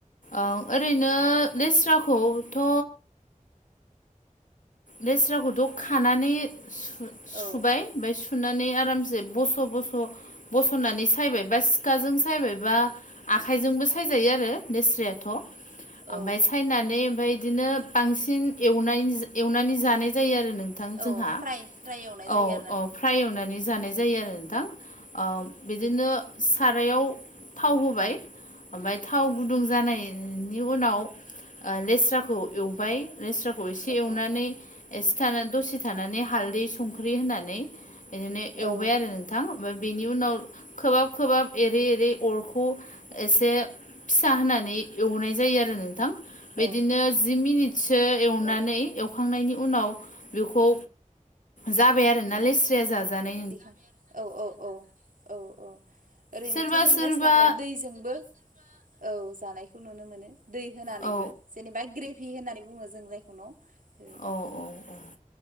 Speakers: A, on the left; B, on the right.
A: ओं ओरैनो लेस्राखौथ' लेस्राखौथ' खानानै
B: हुख्रुबनानै
A: सुबाय ओमफफ्राय सुनानै आरामसे बस' बस' बस'नानै सायबाय बा सिखाजों सायबायबा आखाइजोंबो सायजायो आरो दोस्रायाथ'
B: ओमफ्राय
A: ओमफफ्राय सायनानै ओमफफ्राय बिदिनो बांसिन ए एवनानै जानाय जायो आरो नों नोंथां जोंहा
B: औ फ्राय एवनानै जानाय जायो
A: औ फ्राय एवनानै जानाय जायो आरो नोंथां बिदिनो सारायाव थाव होबाय ओमफ्राय थाव गुदुं जानाय बेनि उनाव लेस्राखौ एवबाय लेस्राखौ एसे
B: लेस्राखौ
A: एवनानै एसे थानानै दसे थानानै हालदै संख्रि होनानै बिदिनो एवबाय
B: ओमफ्राय
A: आरो नोंथां ओमफ्राय बेनि उनाव खोबाब खोबहाब एरै एरै अरखौ एसे फिसा होनानै एवनाय जायो आरो नोंथां
B: औ
A: बिदिनो
B: औ
A: जि मिनिटसो एवनानै
B: जि
A: एवखांनायनि उनाव बेखौ जाबाय आरोोना लेस्रया जानाय
B: दिख औ औ-औ-औ-औ ओरैनोथ'
A: सोरबा
B: जों
A: सोरबा
B: लेस्रााखो दैजोंबो औ जानायखौ नुनो मोनो दै होनानैबो
A: औ
B: जेनेबा ग्रेभि होननानै बुङो जों जायखौ न' बेबायदि
A: अ औ अ